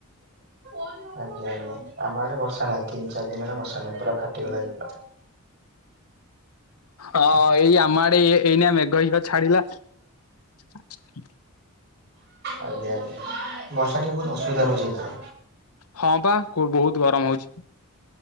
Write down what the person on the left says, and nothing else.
ହଁ ଏଇ ଆମ ଆଡେ ଏଇନା ମେଘ ହେଇପା ଛାଡିଲା। <inaudible>
ହଁ ବା ବହୁତ ଗରମ ହଉଛି।